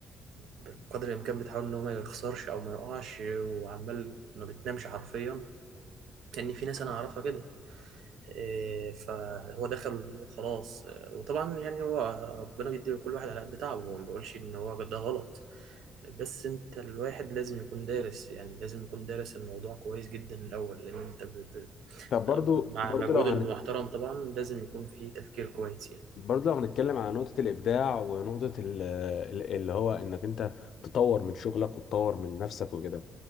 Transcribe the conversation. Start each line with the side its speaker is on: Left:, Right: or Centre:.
Right: بقدر الإمكان بتحاول إن هو ما يخسرش أو ما يقعش وعمال ما بتنامش حرفيا لأن في ناس أنا أعرفها كده إيه، فهو دخل وخلاص إيه، وطبعا يعني هو ربنا بيدي لكل واحد على قد تعبه وما بقولش إن هو ده غلط بس أنت الواحد لازم يكون دارس يعني لازم يكون دارس الموضوع كويس جدا الأول لأن أنت ب... ب...
Left: طب برضو
Right: مع
Left: برضو
Right: مجهود
Left: لو
Right: المحترم
Left: هنت...
Right: طبعا لازم يكون في تفكير كويس
Left: برضه لو هنتكلم على نقطة الإبداع ونقطة ال- ال- اللي هو إنك أنت تطور من شغلك وتطور من نفسك وكده